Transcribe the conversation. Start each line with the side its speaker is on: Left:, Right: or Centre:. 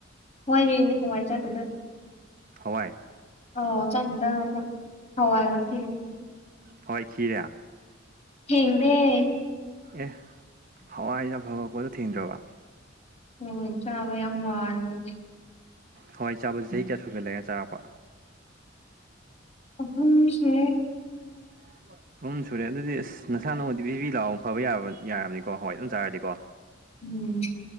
Left: ꯍꯋꯥꯏꯕꯤꯅꯦ ꯍꯋꯥꯏ ꯆꯥꯗꯗ
Right: ꯍꯋꯥꯏ
Left: ꯑꯣ ꯆꯗ ꯍꯋꯥ ꯌꯥꯕ ꯊ
Right: ꯍꯣꯏ ꯈꯈꯤꯔꯦ
Left: ꯍꯗꯦ
Right: ꯑꯦ ꯍꯋꯥꯏꯅ ꯐꯕ ꯄꯣꯠꯇꯣ ꯊꯦꯡꯗ꯭ꯔꯕ
Left: ꯅꯣꯏ ꯆꯥꯕ ꯌꯥꯝ ꯋꯥꯔꯕꯒꯤ
Right: ꯍꯋꯥꯏ ꯆꯥꯕꯁꯤ ꯆꯍꯤ ꯀꯌꯥ ꯁꯨꯒ ꯂꯩꯔ ꯆꯥꯔꯛꯄ
Left: ꯑꯍꯨꯝꯁꯦ
Right: <inaudible> ꯑꯍꯨꯝ ꯁꯨꯔꯦ ꯑꯗꯨꯗꯤ ꯑꯁ ꯅꯁꯥ ꯅꯎꯗꯤ ꯕꯤꯕꯤ ꯂꯥꯎ ꯐꯕ ꯌꯥꯕ ꯌꯥꯔꯕꯅꯤꯀꯣ ꯍꯋꯥꯏ ꯑꯗꯨꯝ ꯆꯥꯔꯗꯤꯀꯣ
Left: ꯎꯝ